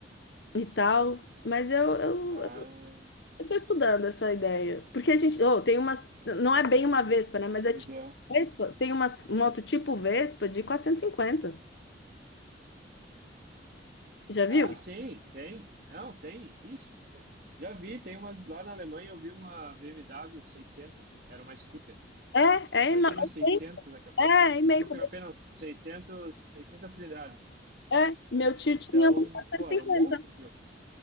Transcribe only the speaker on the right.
Ah,
pois
é.
Ah, sim, tem. Não, tem. Ixi, já vi, tem umas lá na Alemanha, eu vi uma BMW 600, era uma scooter.
Imagina
600 HP.
600 HP não, 600, 600 cilindradas.
Então,
pô, era
um monstro aquilo.